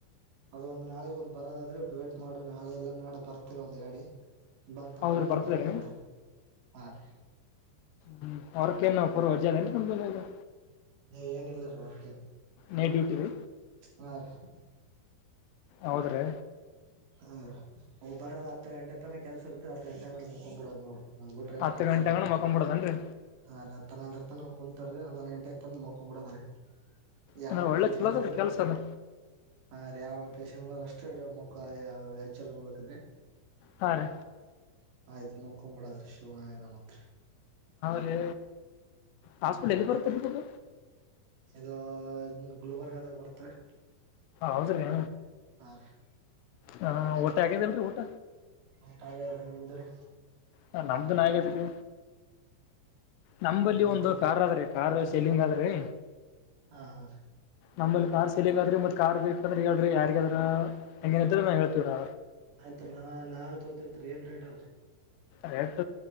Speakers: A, on the right; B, on the left.
A: ಅದೊಂದ್ ನಾಳಗ್ ಒಂದ ಬರೋದಾದ್ರೆ ವೇಟ್ ಮಾಡಿ ನಾಳೆ ಎಲ್ಲ ನಾಡ ಬರ್ತರಿ ಒಂದ್ ಗಾಡಿ ಬಂತಪ್ಪ
B: ಹೌದ್ರಿ
A: ಇದು
B: ಬರ್ತದ್ರಿ
A: ಮಾಡವ ಅಂತಾರೆ ಹಾ ರೀ
B: ಹ್ಮ ಅವ್ರಕೇನ ಪೂರ್ಜ ಅೇರಿ ನಮಗ
A: ಏನಿಲ್ಲಾರ ಹೊರ್ಕ
B: ನೈಟ್ ಡ್ಯೂಟಿ ರೀ
A: ಹ ರ
B: ಹೌದ್ರೆ
A: ಹ ಒ ಬರದ ಹತ್ತು ಗಂಟೆ ತನಕ ಕೆಲ್ಸ ಇರ್್ರೆ ಹತ್ತು ಗಂೆಡೆ ಮುಕೊಂಡ್ ಬಿಡೋ್ ನೋಡು ಹಬಿಟ್ರೆ ಏನ್
B: ಹತ್ತು
A: ಕೆಲ್ಸಾರಲ್ಲ
B: ಗಂಟೆಗನ ಮಕೊಂಬಿಡದನ್ರಿ
A: ಹ ಹನಂದರ್ತನ ಕುಂತಾರೆ ಹತ್ತನೊಂದು ಗಂಟೆ ಆಯ್ತ ಮಕ್ಕ ಬಿಡಾದ್ರಿ ಯಾವ
B: ಅಂದ್ರ ಒಳ್ಳೆ
A: ಪೇಶಂಟ್
B: ಚಲೋ ಅದಲ್ರಿ
A: ಇದ್ರೆ
B: ಕೆಲ್ಸ ಅದ
A: ಹ್ರೀ ಯಾವ ಪೇಶೆಂಟ್ ಅಷ್ಟ ಮುಖ ಎಚ್ಚರ ಇರ್ಬೇಕ್ರೀ
B: ಹಾ ರ
A: ಆಯ್ ಮುಕು್ ಬಿಡ ಅದ್ರ ಶಿವನತ್ರರಿ
B: ಹ್ರೀ ಹಾಸ್ಪಿಟ್ಲ್ ಎಲ್ಲಿ ಬರ್ತರಿ ತಗ
A: ಇದು ಗುಲ್ಬರ್ಗದಾಗ ಬರ್ತರಿ
B: ಹೌದ್ರಿಏ
A: ರೀ
B: ಹ ಊಟ ಹಾಗಿದ್ದಲ್ರಿ ಊಟ
A: ಊಟ ಆಗೈತ್ರಿ ನಿಮ್ಮದ್ರಿ
B: ಹ ನಮ್ದುನ್ಗಾದೀ ನಂಬಲ್ಲಿ
A: ಹಾ ಮತ್ತೆ
B: ಒಂದು ಕಾರ್ ಆದ್ರಿ ಕಾರ್
A: ಮತ್ತೆ
B: ಸೇಲಿಂಗ್ ಆದ್ರಿ
A: ಹಾ ಹ ರ
B: ನಮ್ಮಲ್ಲಿ ಕಾರ್ ಸೇಲಿಂಗ್ ಆದ್ರಿ ಮತ್ ಕಾರ್ ಬೇಕ ಅಂದ್ರೆ ಹೇಳ್ರಿ ಯಾರ್ಗದ್ರ ಹೆಂಗನ ನಾ ಹೇತತಿವ
A: ಆಯ್ತ್ು ನಾ ನಾವ್ ತೋತನ್ ರೀ ಏನ್ ರೇಟ್ ಅವ್ರೀ
B: ಸಟ್